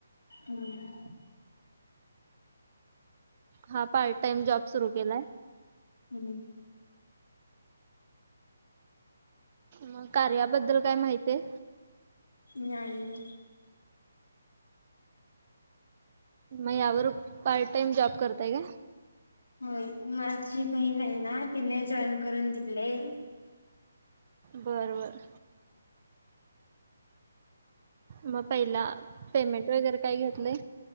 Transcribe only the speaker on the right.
हा पार्ट टाइम जॉब सुरू केलाय.
म कार्य बद्दल काय माहित आहे?
म यावर पार्ट टाइम जॉब करताय का?
बरं बरं. म पहिला पेमेंट वगैरे काय घेतलंय?